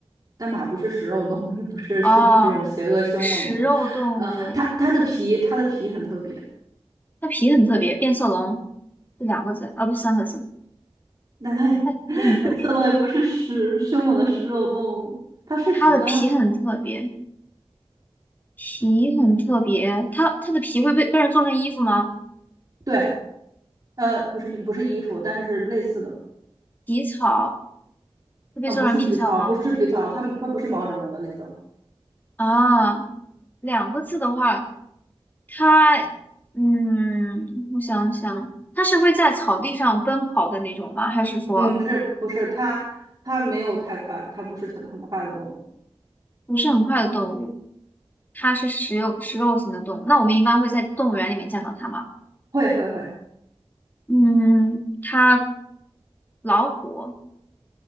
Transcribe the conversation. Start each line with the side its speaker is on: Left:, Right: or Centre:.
Right: 但马不是食肉动物，也不是凶这种邪恶凶猛的，
Left: 哦，食肉动物，
Right: 呃，它它的皮它的皮很特别，
Left: 它皮很特别，变色龙是两个字，啊，不三个字。
Right: 但它也变
Left: 它皮很特别，
Right: <laughs> 色龙也不是食凶猛的食肉动物，它是食肉，
Left: 它的皮很特别，
Right: 但它。
Left: 皮很特别。它它的皮会被被人做成衣服吗？
Right: 对。呃，不是皮，不是衣服，但是是类似的
Left: 皮草会被做成皮草吗？
Right: 啊，不是皮草，不是皮草，它它不是毛茸茸的那种，
Left: 啊，两个字的话，它嗯，我想想，它是会在草地上奔跑的那种吗？还是说
Right: 嗯，不是不是，它它没有太快，它不是很很快的动物，
Left: 不是很快的动物？它是食肉食肉型的动物。那我们一般会在动物园里面见到它吗？
Right: 会会会，
Left: 嗯，它老虎。